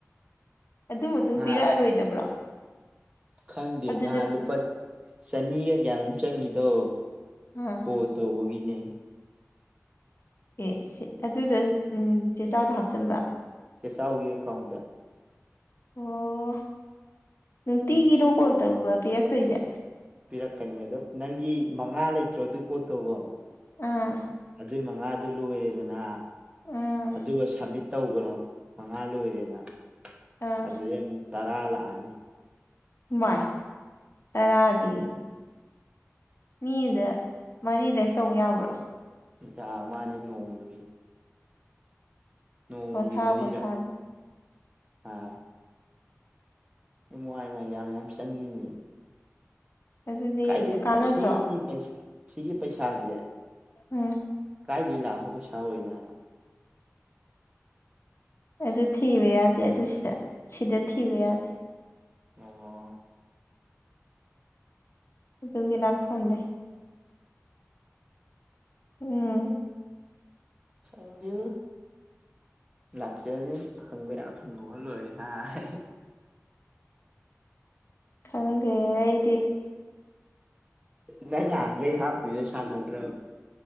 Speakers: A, on the left (about 55°); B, on the right (about 25°).
A: ꯑꯗꯨ ꯃꯇꯨꯡ
B: ꯉꯍꯥꯟ
A: ꯄꯤꯔꯛꯑꯔꯣꯏꯗꯕ꯭ꯔꯣ
B: ꯈꯪꯗꯦ
A: ꯑꯗꯨꯗ
B: ꯉꯍꯥꯟ ꯂꯨꯄꯥ ꯆꯅꯤꯒ ꯀꯌꯥꯃꯨꯛ ꯆꯪꯉꯤꯗꯣ
A: ꯑꯥ
B: ꯀꯣ ꯇꯧꯕꯒꯤꯅꯦ
A: ꯑꯦ ꯁꯤ ꯑꯗꯨꯗ ꯎꯝ ꯆꯦꯆꯥꯎꯗ ꯍꯥꯞꯆꯤꯟꯕ
B: ꯆꯦ ꯆꯥꯎꯥꯎꯒꯤ ꯈꯣꯡꯗ
A: ꯑꯣ ꯅꯨꯡꯇꯤꯒꯤ ꯔꯣꯀꯣꯜ ꯇꯧꯕ ꯄꯤꯔꯛꯇꯣꯏꯁꯦ
B: ꯄꯤꯔꯛꯀꯅꯤ ꯑꯗꯣ ꯅꯪꯒꯤ ꯃꯉꯥ ꯂꯩꯇ꯭ꯔꯣ ꯑꯗꯨ ꯀꯣꯠꯇꯧꯕ
A: ꯑꯥ
B: ꯑꯗꯨꯏ ꯃꯉ ꯃꯉꯥꯗꯨ ꯂꯣꯏꯔꯦꯗꯅ
A: ꯑꯥ
B: ꯑꯗꯨꯒ ꯁꯝꯃꯤꯠ ꯇꯈ꯭ꯔꯣ ꯃꯉꯥ ꯂꯣꯏꯔꯦꯅ
A: ꯑꯥ
B: ꯑꯗꯨꯗꯩ ꯑꯃꯨꯛ ꯇꯔꯥ ꯂꯥꯛꯑꯅꯤ
A: ꯚꯏ ꯇꯔꯥꯗꯤ ꯃꯤꯗ ꯃꯔꯤꯗꯦꯛ ꯇꯧꯕ ꯌꯥꯕ꯭ꯔꯥ
B: ꯌꯥꯝ ꯃꯥꯅꯤ ꯅꯣꯡꯃꯒꯤ ꯅꯣꯡꯃꯒꯤ
A: ꯄꯣꯊꯥ
B: ꯃꯔꯤꯔꯛ
A: ꯄꯣꯊꯥꯗ
B: ꯑꯥ ꯏꯃ ꯑꯥꯏ ꯃꯥꯏ ꯌꯥꯝ ꯌꯥꯝ ꯆꯪꯉꯤꯅꯤ
A: ꯑꯗꯨꯗꯤ
B: ꯀꯥꯏꯗ
A: ꯀꯥꯟꯅꯗ꯭ꯔꯣ
B: ꯁꯤꯤ ꯄꯩꯁꯥ ꯁꯤꯤꯒꯤ ꯄꯩꯁꯥ ꯍꯥꯏꯒ
A: ꯎꯝ
B: ꯀꯥꯏꯗ ꯂ ꯑꯣ ꯄꯩꯁꯥ ꯑꯣꯏꯣꯏ ꯌꯥꯅ
A: ꯑꯗꯨ ꯊꯤꯕ ꯌꯥꯗꯦ ꯑꯗꯨ ꯁꯤꯗ ꯁꯤꯗ ꯊꯤꯕ ꯌꯥꯗꯦ
B: ꯑꯣ
A: ꯇꯒꯤ ꯂꯥꯛ ꯐꯣꯟꯗꯦ ꯎꯝ
B: ꯁꯪꯕꯤꯨ ꯂꯥꯛꯀꯔꯅꯦꯦ ꯐꯪꯕ ꯌꯥ ꯐꯪꯉꯣꯒ ꯂꯣꯏꯔꯦ ꯍꯥꯏ
A: ꯈꯪꯗꯦ ꯑꯩꯗꯤ
B: ꯅ ꯅ ꯑꯒ ꯍꯥꯞꯤꯗ ꯁꯅꯠꯇ꯭ꯔ